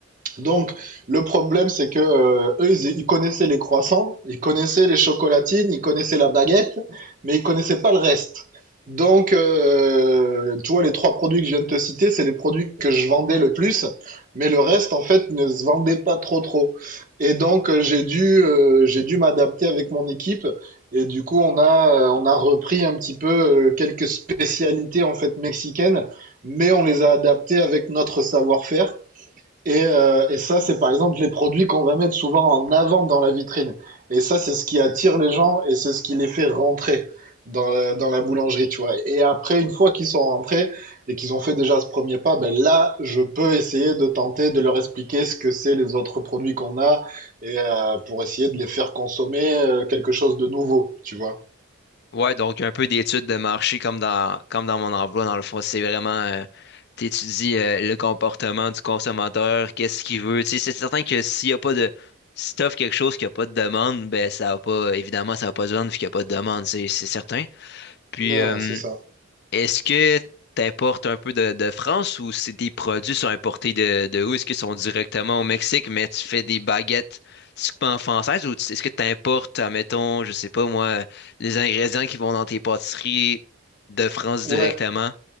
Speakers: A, on the right; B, on the left.
A: Donc, le problème, c'est que euh, eux, ils, ils connaissaient les croissants, ils connaissaient les chocolatines, ils connaissaient la baguette, mais ils connaissaient pas le reste. Donc, euh, tu vois, les trois produits que je viens de te citer, c'est les produits que je vendais le plus, mais le reste, en fait, ne se vendait pas trop trop. Et donc, euh, j'ai dû, euh, j'ai dû m'adapter avec mon équipe. Et du coup, on a, euh, on a repris un petit peu euh, quelques spécialités, en fait, mexicaines, mais on les a adaptées avec notre savoir-faire. Et, euh, et ça, c'est par exemple les produits qu'on va mettre souvent en avant dans la vitrine. Et ça, c'est ce qui attire les gens et c'est ce qui les fait rentrer dans la, dans la boulangerie, tu vois. Et après, une fois qu'ils sont rentrés et qu'ils ont fait déjà ce premier pas, ben là, je peux essayer de tenter de leur expliquer ce que c'est les autres produits qu'on a et euh, pour essayer de les faire consommer euh, quelque chose de nouveau, tu vois.
B: Ouais, donc un peu d'études de marché comme dans, comme dans mon emploi, dans le fond, c'est vraiment, tu étudies le comportement du consommateur, qu'est-ce qu'il veut, tu sais, c'est certain que s'il y a pas de, si t'offres quelque chose qui a pas de demande, ben ça va pas, évidemment, ça va pas se vendre vu qu'il y a pas de demande, c'est c'est certain. Puis,
A: Ouais,
B: euh,
A: c'est ça.
B: est-ce que t'importes un peu de, de France ou si tes produits sont importés de, de où? Est-ce qu'ils sont directement au Mexique, mais tu fais des baguettes typiquement françaises ou tu- est-ce que t'importes, admettons, je sais pas moi, les ingrédients qui vont dans tes pâtisseries de France
A: Ouais,
B: directement?